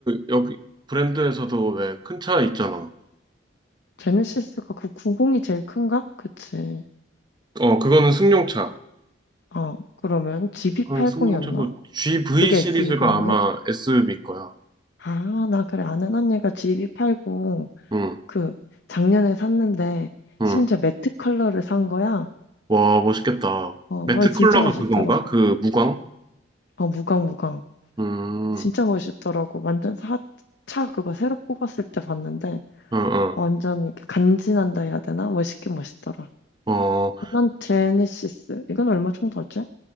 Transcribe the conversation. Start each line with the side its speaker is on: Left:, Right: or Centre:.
Right: 여기 브랜드에서도 왜 큰 차 있잖아.
Left: 제네시스가 그 90이 제일 큰가? 그치.
Right: 어, 그거는 승용차.
Left: 어, 그러면 GB80이었나?
Right: 그건 승용차고, GV
Left: 그게
Right: 시리즈가
Left: SUV인가?
Right: 아마 SUV 거야.
Left: 아, 나 그래. 아는 언니가 g v 8 0
Right: 응
Left: 그 작년에 샀는데
Right: 응
Left: 심지어 매트 컬러를 산 거야.
Right: 와, 멋있겠다.
Left: 어,
Right: 매트
Left: 어, 진짜
Right: 컬러가
Left: 멋있더라고.
Right: 그건가? 그 무광?
Left: 어, 무광, 무광.
Right: 음,
Left: 진짜 멋있더라고. 완전 사, 차 그거 새로 뽑았을 때 봤는데
Right: 응응
Left: 완전 이렇게 간지난다 해야 되나? 멋있긴 멋있더라.
Right: 어,
Left: 그 제네시스. 이건 얼마 정도 하지?